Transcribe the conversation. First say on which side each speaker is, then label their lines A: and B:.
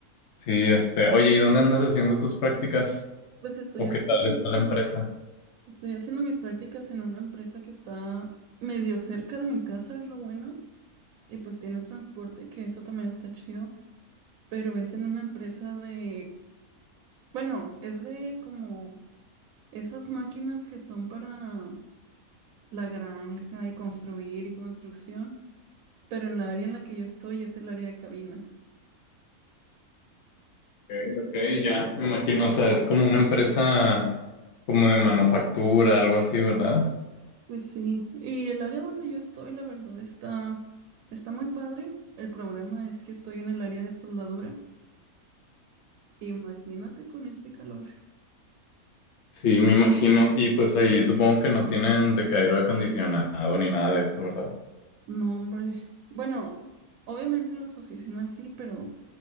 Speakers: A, on the left; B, on the right.
A: Sí, este, oye, ¿y dónde andas haciendo tus prácticas?
B: Pues estoy
A: ¿O
B: haciendo,
A: qué tal está la empresa?
B: estoy haciendo mis prácticas en una empresa que está medio cerca de mi casa, es lo bueno, y pues tiene transporte, que eso también está chido, pero es en una empresa de, bueno, es de como esas máquinas que son para la granja y construir y construcción. Pero en la área en la que yo estoy es el área de cabinas.
A: Ok, ok, ya, me imagino, o sea, es como una empresa como de manufactura, algo así, ¿verdad?
B: Pues sí. Y el área donde yo estoy, la verdad, está, está muy padre. El problema es que estoy en el área de soldadura. Imagínate con este calor.
A: Sí, me imagino. Y pues ahí supongo que no tienen de que aire acondicionado ni nada de eso, ¿verdad?
B: No, hombre. Bueno, obviamente en las oficinas sí, pero